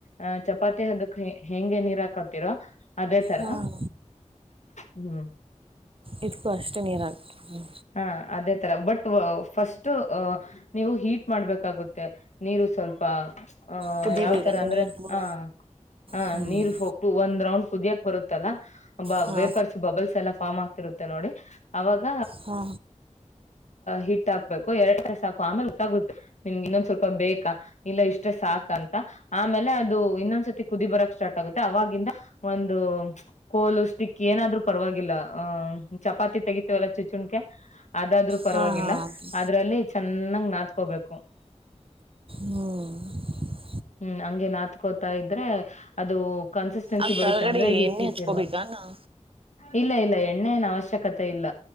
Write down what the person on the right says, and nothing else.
ಹಾಂ
ಇದ್ಕೂ ಅಷ್ಟೇ ನೀರು ಹಾಕ್ಬೇಕು
ಕುದಿಬೇಕನ
ನೀರ್ ಪೂರ
ಹ್ಮ್
ಹಾ
ಹಾ
ಹಾ ಹಾ ಅದು
ಹ್ಮ <inaudible>
ಆರಗಡೆ
ಎಣ್ಣೆ
ಹಚ್ಕೋಬೇಕ
ನ.